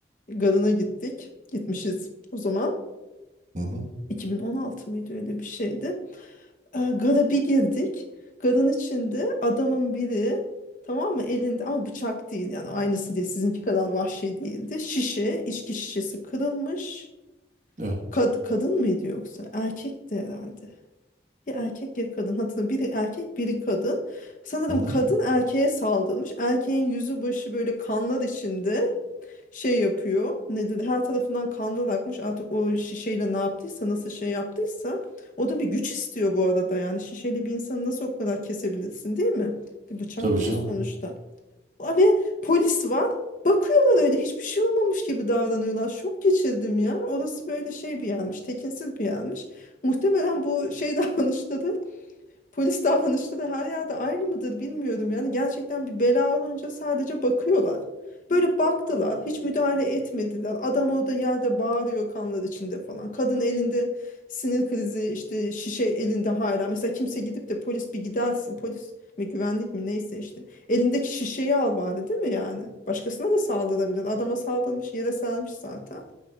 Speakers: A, on the left; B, on the right.
A: garına gittik. Gitmişiz o zaman.
B: Hı hı.
A: 2016 mıydı öyle bir şeydi. E, Gara bir girdik. Garın içinde adamın biri tamam mı elinde ama bıçak değil yani aynısı değil sizinki kadar vahşi değildi. Şişe içki şişesi kırılmış.
B: Evet.
A: Kad kadın mıydı yoksa? Erkekti herhalde. Ya erkek ya kadın hatırlamıyorum. Biri erkek biri kadın. Sanırım
B: Hı hı.
A: kadın erkeğe saldırmış. Erkeğin yüzü başı böyle kanlar içinde şey yapıyor. Ne dedi? Her tarafından kanlar akmış. Artık o şişeyle ne yaptıysa, nasıl şey yaptıysa. O da bir güç istiyor bu arada. Yani şişeyle bir insanı nasıl o kadar kesebilirsin, değil mi? Bir bıçak
B: Tabii
A: değil
B: canım.
A: sonuçta. Aa, Ve polis var. Bakıyorlar öyle hiçbir şey olmamış gibi davranıyorlar. Şok geçirdim ya. Orası böyle şey bir yermiş, tekinsiz bir yermiş. Muhtemelen bu şey <laughs> davranışları Polis davranışları her yerde aynı mıdır bilmiyorum. Yani gerçekten bir bela olunca sadece bakıyorlar. Böyle baktılar, hiç müdahale etmediler. Adam orada yerde bağırıyor kanlar içinde falan. Kadın elinde sinir krizi, işte şişe elinde hala. Mesela kimse gidip de polis bir gidersin. Polis mi güvenlik mi neyse işte. Elindeki şişeyi al bari değil mi yani? Başkasına da saldırabilir. Adama saldırmış, yere sermiş zaten.